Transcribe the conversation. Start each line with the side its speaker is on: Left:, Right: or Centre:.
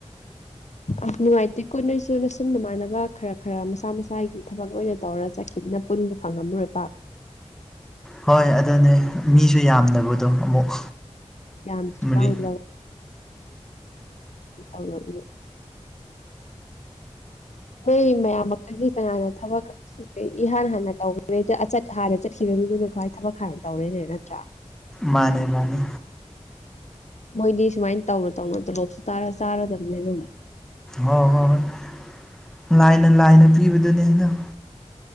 Left: ꯑ ꯅꯨꯡꯉꯥꯏꯇꯦ ꯀꯨꯠꯅꯁꯨꯅꯁꯨꯝ ꯅꯃꯥꯟꯅꯕ ꯈꯔ ꯈꯔ ꯃꯁꯥ ꯃꯁꯥꯒꯤ ꯊꯕꯛ ꯑꯣꯏꯅ ꯇꯧꯔ ꯆꯠꯈꯤ ꯍꯧꯛꯅ ꯄꯨꯟꯕ ꯐꯪꯉꯝꯔꯣꯏ ꯄ
Centre: ꯍꯣꯏ ꯑꯗꯨꯅꯦ ꯃꯤꯁꯨ ꯌꯥꯝꯗꯕ ꯠꯇ ꯑꯃꯨꯛ
Left: ꯌꯥꯝꯗ꯭ꯔꯤꯀꯥꯟꯗ
Centre: ꯃꯔꯤ
Left: ꯍꯗꯗꯤ ꯑꯩꯈꯣꯏ ꯃꯌꯥꯝꯃꯛꯇꯗꯤ ꯀꯅꯥꯅ ꯊꯕꯛ ꯏꯍꯥꯟ ꯍꯥꯟꯅ ꯇꯧꯈꯦꯗ ꯑꯆꯠ ꯍꯥꯟꯔ ꯆꯠꯈꯤꯕ ꯃꯤꯗꯨꯅ ꯈ꯭ꯋꯥ ꯊꯕꯛ ꯈꯔ ꯇꯧꯔꯦꯅꯦ ꯅꯠꯇ꯭ꯔꯥ
Centre: ꯃꯥꯅꯦ ꯃꯥꯅꯦ
Left: ꯃꯣꯏꯗꯤ ꯁꯨꯃꯥꯏꯅ ꯇꯧꯅ ꯇꯧꯅ ꯇꯣꯂꯣꯞꯁꯨ ꯆꯥꯔꯗꯕꯅꯦ ꯑꯗꯨꯝ
Centre: ꯍꯣꯏ ꯍꯣꯏ ꯍꯣꯏ ꯂꯥꯏꯅ ꯂꯥꯏꯅ ꯄꯤꯕꯗꯨꯅꯤ ꯑꯩꯅ